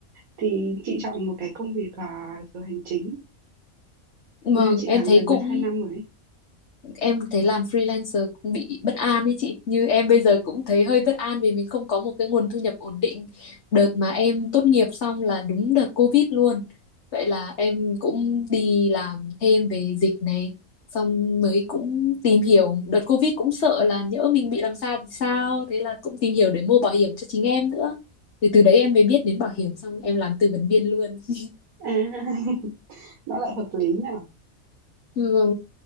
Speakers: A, on the right; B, on the left.
A: thì chị chọn một cái công việc, à, giờ hành chính.
B: vâng,
A: Na, chị
B: em
A: làm
B: thấy
A: gần
B: cũng
A: được 2 năm rồi ấy.
B: em thấy làm freelancer cũng bị bất an ấy chị như em bây giờ cũng thấy hơi bất an vì mình không có một cái nguồn thu nhập ổn định đợt mà em tốt nghiệp xong là đúng đợt Covid luôn vậy là em cũng đi làm thêm về dịch này xong mới cũng tìm hiểu đợt Covid cũng sợ là nhỡ mình bị làm sao thì sao thế là cũng tìm hiểu để mua bảo hiểm cho chính em nữa thì từ đấy em mới biết đến bảo hiểm xong em làm tư vấn viên luôn <laughs>
A: À, <laughs> nó lại hợp lý nhỉ?
B: Ừ,